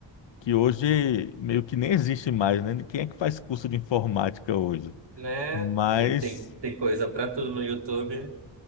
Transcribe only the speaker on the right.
Né?
Tem, tem, tem coisa pra tudo no YouTube.